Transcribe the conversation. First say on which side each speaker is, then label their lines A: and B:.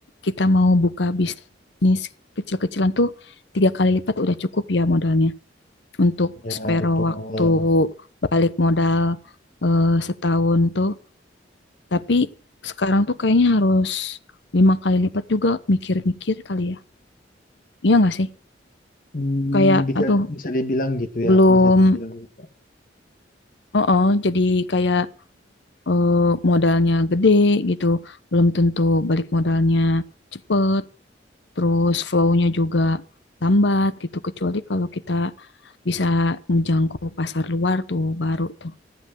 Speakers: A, on the left; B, on the left.
A: kita mau buka bisnis kecil-kecilan tuh tiga kali lipat udah cukup ya modalnya untuk
B: Ya
A: spare
B: betul.
A: waktu balik modal eh, setahun tuh tapi sekarang tuh kayaknya harus lima kali lipat juga mikir-mikir kali ya iya nggak sih
B: Hmm,
A: kayak
B: bisa
A: aduh
B: bisa dibilang gitu
A: belum
B: ya, bisa dibilang gitu.
A: Oh, oh, jadi kayak eh, modalnya gede gitu, belum tentu balik modalnya cepet, terus flow-nya juga lambat gitu, kecuali kalau kita bisa menjangkau pasar luar tuh baru tuh